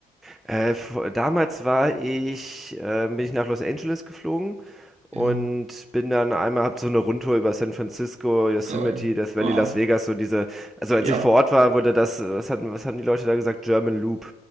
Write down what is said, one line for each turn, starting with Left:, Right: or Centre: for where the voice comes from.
Centre: Äh, v- damals war ich, äh, bin ich nach Los Angeles geflogen und
Right: Ja,
Centre: bin dann einmal, hab so eine Rundtour über San Francisco, Yosemite,
Right: geil.
Centre: Death Valley,
Right: Ah,
Centre: Las Vegas, so diese, also als
Right: ja.
Centre: ich vor Ort war, wurde das, äh, was hatten, was haben die Leute da gesagt? German Loop.